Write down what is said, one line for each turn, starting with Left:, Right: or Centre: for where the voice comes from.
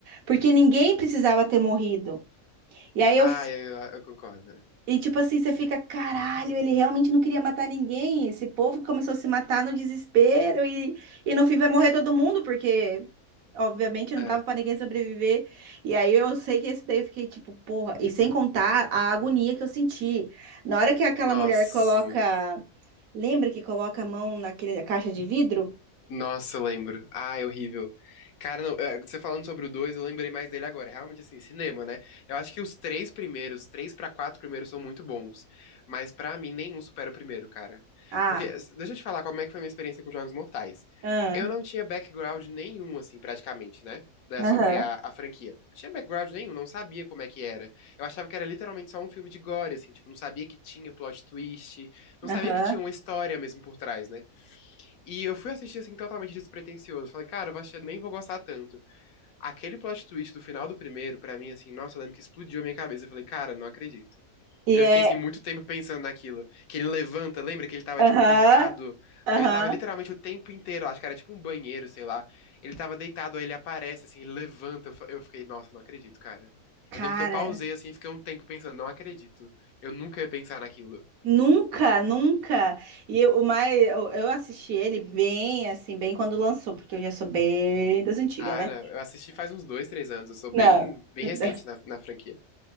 Right: Porque ninguém precisava ter morrido. E aí
Left: Ai,
Right: eu
Left: eu, eu concordo.
Right: e tipo assim, você fica, caralho, ele realmente não queria matar ninguém. Esse povo que começou a se matar no desespero e, e no fim vai morrer todo mundo, porque obviamente não
Left: É.
Right: dava pra ninguém sobreviver. E aí eu sei que esse daí eu fiquei tipo, porra, e sem contar a agonia que eu senti. Na hora que aquela
Left: Nossa,
Right: mulher coloca,
Left: muito
Right: lembra que coloca a mão naquele, na caixa de vidro?
Left: Nossa, eu lembro. Ah, é horrível. Cara, não, eh, você falando sobre o 2, eu lembrei mais dele agora. Realmente, assim, cinema, né? Eu acho que os três primeiros, três pra quatro primeiros são muito bons. Mas pra mim, nenhum supera o primeiro, cara.
Right: Ah,
Left: Porque, s- deixa eu te falar como é que foi a minha experiência com Jogos Mortais.
Right: ah,
Left: Eu não tinha background nenhum, assim, praticamente, né? Da,
Right: aham,
Left: sobre a, a franquia. Não Tinha background nenhum, não sabia como é que era. Eu achava que era literalmente só um filme de gore, assim, tipo, não sabia que tinha plot twist, não
Right: aham.
Left: sabia que tinha uma história mesmo por trás, né? E eu fui assistir assim totalmente despretensioso. Falei, cara, eu vou assistir, nem vou gostar tanto. Aquele plot twist do final do primeiro, pra mim, assim, nossa, eu lembro que explodiu a minha cabeça. Eu falei, cara, não acredito.
Right: E
Left: Eu
Right: é,
Left: fiquei assim muito tempo pensando naquilo. Que ele levanta, lembra que ele tava,
Right: aham,
Left: tipo, deitado.
Right: aham.
Left: Ele tava literalmente o tempo inteiro, acho que era tipo um banheiro, sei lá. Ele tava deitado, aí ele aparece, assim, ele levanta. Eu fa- Eu fiquei, nossa, não acredito, cara.
Right: Cara.
Left: Eu lembro que eu pausei assim, fiquei um tempo pensando, não acredito. Eu nunca ia pensar naquilo.
Right: Nunca, nunca. E eu, o mais, eu, eu assisti ele bem, assim, bem quando lançou, porque eu já sou bem das antigas,
Left: Ah,
Right: né?
Left: não, eu assisti faz uns dois, três anos. Eu sou
Right: Não.
Left: bem, bem
Right: <laughs>
Left: recente na, na franquia.